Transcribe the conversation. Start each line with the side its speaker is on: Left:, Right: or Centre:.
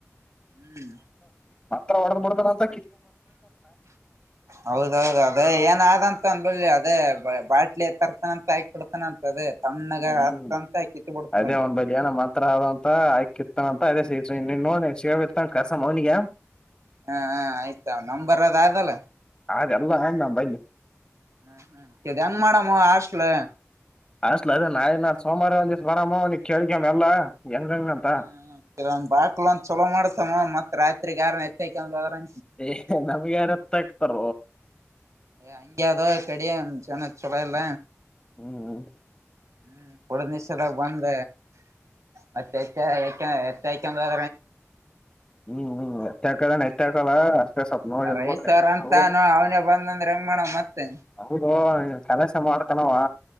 Right: ಹ್ಮ್
Left: ಮಾತ್ರ ಹೊಡೆದ ಬಡ್ತಂತ
Right: ಹೌದೌದ ಅದ ಏನಾದಂತ ಂದಿ ಅದೇ ಬಾಟ್ಲಿ ಎ ತರ್ತಾನಂತ ಹಾಕ ಬಿಡ್ತಾನ ಅಂತ ಅದೇ ತಣ್ಣಗ
Left: ಹೂ ಹೂ
Right: ಹತ್ತಂತ ಕಿತ್ ಬಿಡ್ತಂತ
Left: ಅದೇ ಒಂದ್ ಬದಿಯನ ಮಂತ್ರ ಆದಂತ ಆಾಕಿತ್ತನ ಅದೇ ಸ ನೀ ನೋ ಶೇತ್ತ ಕರ್ಸ ಮನಿಗೆಗ
Right: ಹಾ ಹ ಆಯ್ತ ನಂಬರ್ದ ಆದಲ್ಲ
Left: ಅದೆಲ್ಲ ನಮ್ ಬಲ್ಲಿ
Right: ಹೂ ಹೂ ಹೆಂಗ್ ಮಾಡೇಡಾಮ ಆರ್ಸ್ಟ್ಲ
Left: ಅಷ್ಟಲ ಅದ ನಾಯ್ ನು ಸೋಮವಾರ ಒಂದ್ ದಿವಸ ಬರಾಮ ಅವ ಕೇಳ್ಿಕಮ್ಮ ಎಲ್ಲಾ ಹೆಂಗಂಗಂತ
Right: ಹೂ ಕೆವೊಂದ್ ಬಾಕ್ಲ ಒ್ ಚಲೋ ಮಾಡ್ಸಮ್ಮ ಮತ್ ರಾತ್ರಿಗ ಆಾರ ಎತ್ತದ್ರ
Left: ಏ ನಮ್ಗೆ ಯಾರತ್ತ ಆಕ್ತಾರ
Right: ಅಂಗ ಅದೋ ಕಡಿ ಜನ ಚೋಲಾ ಇಲ್ಲ
Left: ಹಹೂ ಹೂ
Right: ಹೂ ಕುಡುದ್ ನಿಷದಾಗ ಬಂದ ಮತ್ತೆ ಎತ್ತಯ ಬ
Left: ಹೂ ಹೂ ನೆತ್ತಾಕಲ್ಲ ನೆತ್ಯಾಕಲ್ಲ ಅಷ್ಟೇ ಸ್ವಲ್ಪ ನೋಡಿ
Right: ರೈಸರ್
Left: ಹೋಗ
Right: ಅಂತಾನ
Left: ಅವ್ರು
Right: ಅವನೇ ಬಂದಂದ್ರ ಹೆಂಗ್ ಮಾಡವ ಮತ್ತೆ
Left: ಹೌದು ಕೆಲಸ ಮಾಡ್ತಾನವಾ